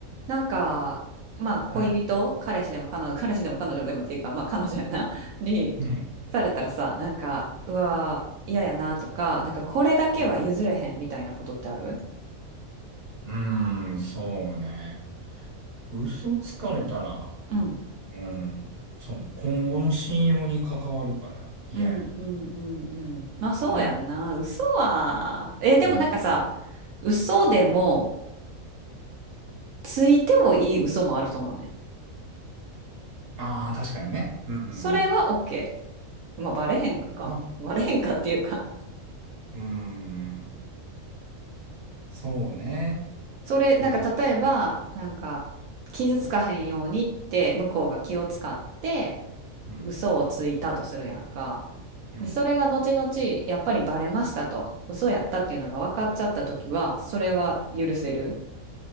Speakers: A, on the right (about 75°); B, on the right (about 45°).
A: なんか、まあ、恋人、
B: うん。
A: 彼氏でも彼女、彼氏でも彼女でもっていうか、まあ、彼女やな、<laughs> に、
B: うん。
A: されたらさ、なんか、うわー、嫌やなとか、なんか、これだけは譲れへんみたいなことってある
B: うんうーん、そうね。嘘つかれたら、
A: うん。
B: うん。そう。今後の信用に関わるから嫌や。
A: うん、うん、うん、うん。まあ、そうやんな。
B: うん。
A: 嘘は、え、でもなんかさ、
B: うん。
A: 嘘でも、ついてもいい嘘もあると思うねん。
B: ああー、確かにね。うんうんう
A: それは OK。まあ、バレへんか。
B: ん。
A: バレへんかっていうか
B: うん。そうね。
A: それ、なんか例えば、
B: うん。
A: なんか、傷つかへんようにって向こうが気を使って
B: うん。
A: 嘘をついたとするやんか。
B: うん。
A: で、それが後々やっぱりバレましたと、嘘やったっていうのが分かっちゃった時は、それは許せる。